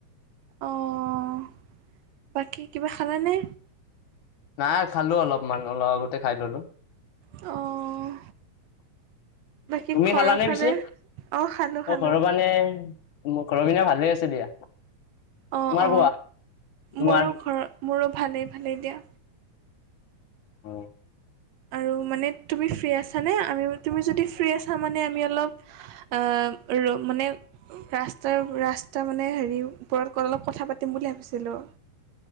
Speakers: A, on the right; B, on the left.
A: অ', বাকী কিবা খালানে?
B: নাই খালো অলপমান অলপ আগতে খাই ললো।
A: অ', বাকী
B: তুমি
A: ঘৰৰ
B: খালানে
A: ফালে?
B: পিছে?
A: অ খালোঁ
B: অ',
A: খালোঁ।
B: ঘৰৰ মানে মোৰ ঘৰৰ পিনে ভালেই আছে দিয়া,
A: অ
B: তোমাৰ
A: অ
B: কোৱা তোমাৰ?
A: মোৰো ঘৰৰ মোৰো ভালেই-ভালেই দিয়া।
B: অহ,
A: আৰু মানে তুমি ফ্ৰী আছানে? আমি তুমি যদি ফ্ৰী আছা মানে আমি অলপ অহ, মানে ৰাস্তাৰ ৰাস্তা মানে হেৰি ওপৰত অলপ কথা পাতি পাতিম বুলি ভাবিছিলোঁ।